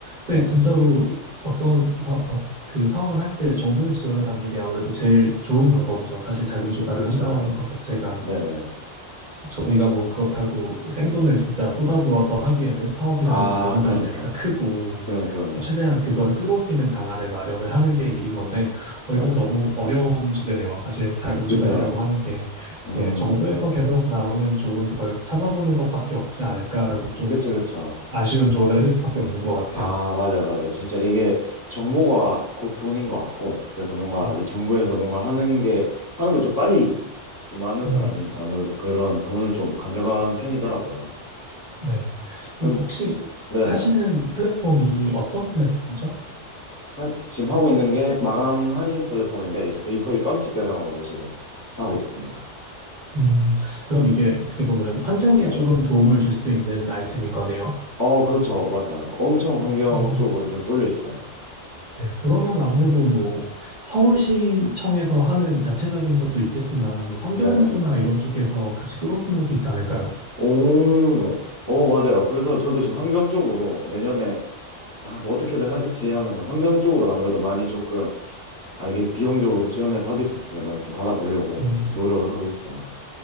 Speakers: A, on the right (about 45°); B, on the left (about 20°).
A: 근데
B: 네네
A: 진짜로 어떤 사, 어, 그 사업을 할 때 정부의 지원을 받는 게 아무래도 제일 좋은 방법이죠. 사실 자금 조달을
B: 그쵸
A: 한다라는 것 자체가
B: 네네
A: 저희가 뭐 그렇다고 생돈을 진짜 쏟아부어서 하기에는 사업이라는
B: 아
A: 게 너무나
B: 그럼요
A: 리스크가 크고
B: 그럼요 그럼요
A: 그래서 최대한 그거를 끌어올 수 있는 방안을 마련을 하는 게 일인 건데 어,
B: 맞아요
A: 이건 너무 어려운 주제네요. 사실 자금
B: 그쵸
A: 조달이라고 하는 게
B: 음
A: 네, 정부에서 계속 나오는 좋은 그걸 찾아보는 것밖에 없지 않을까라고 좀
B: 그쵸 그쵸
A: 아쉬운 조언을 해드릴 수밖에 없는 것 같아요.
B: 아, 맞아요, 맞아요. 진짜 이게 정보가 곧 돈인 것 같고, 그래서 뭔가
A: 음,
B: 이 정부에서 뭔가 하는 게, 하는 걸 좀 빨리 좀 아는 사람이
A: 음,
B: 아무래도 그런 돈을 좀 가져가는 편이더라고요.
A: 네.
B: 근데,
A: 그리고 혹시
B: 네네.
A: 하시는 플랫폼이 어떤 플랫폼이죠?
B: 하- 지금 하고 있는 게 마감 할인 플랫폼인데, 이제 베이커리 빵집 대상으로 지금 하고 있습니다.
A: 음, 그럼 이게 어떻게 보면 환경에
B: 네네.
A: 조금 도움을 줄 수 있는 아이템인 거네요.
B: 어, 그렇죠. 맞아요. 엄청 환경
A: 어,
B: 쪽으로 좀 쏠려 있어요.
A: 네. 그러면 아무래도 뭐 서울시청에서 하는 자체적인 것도 있겠지만 뭐 환경부나
B: 네네.
A: 이런 쪽에서 같이 끌어올 수 있는 것도 있지 않을까요?
B: 오, 오 맞아요. 그래서 저도 지금 환경 쪽으로 내년에 아, 뭐 어떻게든 하겠지 하면서 환경적으로 안 그래도 많이 조금, 아, 이게 비용적으로 지원을 받을 수 있으면 좀 받아보려고
A: 음.
B: 좀 노력을 하고 있어요.